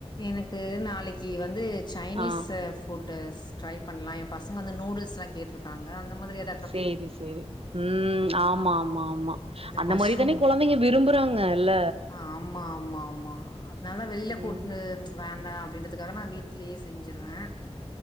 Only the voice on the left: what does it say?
எனக்கு நாளைக்கி வந்து சைனீஸு
ஃபு ஃபுட்டுஸ் ட்ரை பண்லா என் பசங்க வந்து நூடுல்ஸ்ல்லா கேட்ருக்காங்க அந்த மாதிரி அர்
ம் இந்த
மஷ்ரூம்
ஆமா ஆமா ஆமா அத்னால வெளில
கூட்னு உ வேண்டா அப்டின்றதுக்காக நா வீட்லேயே செஞ்சிருவே